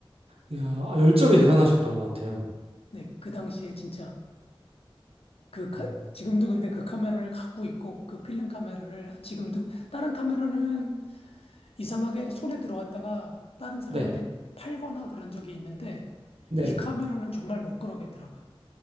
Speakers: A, on the right (about 85°); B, on the left (about 85°).
A: 이야, 아, 열정이 대단하셨던 것 같아요.
B: 네, 그 당시에 진짜 그 카-
A: 음,
B: 지금도 근데 그 카메라를 갖고 있고 그 필름 카메라를 지금도 다른 카메라는 이상하게 손에 들어왔다가 다른 사람한테
A: 네,
B: 팔거나 그런 적이 있는데
A: 네.
B: 이 카메라는 정말 못 그러겠더라고요.